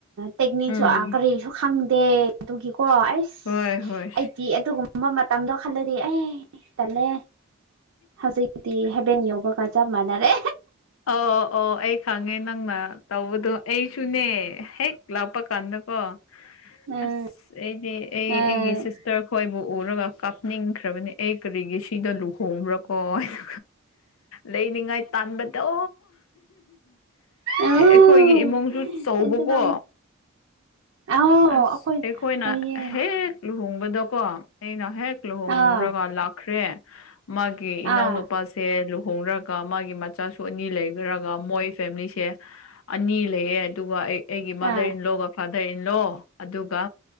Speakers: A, on the right (about 80°); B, on the left (about 75°).
A: ꯇꯦꯛꯅꯤꯛꯁꯨ
B: ꯎꯝ
A: ꯑ ꯀꯔꯤꯁꯨ ꯈꯪꯗꯦ ꯑꯗꯨꯒꯤꯀꯣ ꯑꯩꯁ
B: ꯍꯣꯏ ꯍꯣꯏ
A: ꯑꯩꯗꯤ ꯑꯗꯨꯒꯨꯝ ꯃꯇꯝꯗꯣ ꯈꯜꯂꯗꯤ ꯑꯩ ꯇꯜꯂꯦ ꯍꯧꯖꯤꯛꯇꯤ ꯍꯦꯕꯦꯟ ꯌꯧꯕꯒ ꯆꯞ ꯃꯅꯥꯔꯦ
B: ꯑꯣ ꯑꯣ ꯑꯩ ꯈꯪꯉꯦ ꯅꯪꯅ ꯇꯧꯕꯗꯨ ꯑꯩꯁꯨꯅꯦ ꯍꯦꯛ ꯂꯥꯛꯄꯥ ꯀꯥꯟꯗ ꯀꯣ
A: ꯎꯝ
B: ꯑꯁ ꯑꯩꯗꯤ ꯑꯩ
A: ꯎꯝ
B: ꯑꯩꯒꯤ ꯁꯤꯁ ꯇꯔ ꯈꯣꯏꯕꯨ ꯎꯔꯒ ꯀꯥꯞꯅꯤꯡꯈ꯭ꯔꯕꯅꯦ ꯑꯩ ꯀꯔꯤꯒꯤ ꯁꯤꯗ ꯂꯨꯍꯣꯡꯕ꯭ꯔꯥꯀꯣ ꯍꯥꯏꯅ ꯂꯩꯅꯤꯡꯉꯥꯏ ꯇꯥꯟꯕꯗꯣ
A: ꯑꯧ
B: ꯑꯦ ꯑꯩꯈꯣꯏꯒꯤ ꯏꯃꯨꯡꯁꯨ ꯆꯧꯎꯕꯀꯣ
A: ꯑꯗꯨꯃꯥꯏ ꯑꯥꯎ
B: ꯑꯁ
A: ꯑꯩꯈꯣꯏ
B: ꯑꯩꯈꯣꯏꯅ
A: ꯑꯣꯏꯌꯦ
B: ꯍꯦꯛ ꯂꯨꯍꯣꯡꯕꯗꯀꯣ ꯑꯩꯅ ꯍꯦꯛ ꯂꯨꯍꯣꯡꯒꯔꯒ
A: ꯑꯥ
B: ꯂꯥꯛꯈ꯭ꯔꯦ ꯃꯥꯒꯤ ꯏꯅꯥꯎꯅꯨꯄꯥꯁꯦ
A: ꯑꯥ
B: ꯂꯨꯍꯣꯡꯅꯔꯒ ꯃꯥꯒꯤ ꯃꯆꯥꯁꯨ ꯑꯅꯤ ꯂꯩꯈ꯭ꯔꯒ ꯃꯣꯏ ꯐꯦꯃꯤꯂꯤꯁꯦ ꯑꯅꯤ ꯂꯩꯌꯦ ꯑꯗꯨꯒ ꯑꯩ ꯑꯩꯒꯤ ꯃꯥꯗꯔ
A: ꯑꯥ
B: ꯏꯟꯂꯣꯒ ꯐꯥꯗꯔ ꯏꯟꯂꯣ ꯑꯗꯨꯒ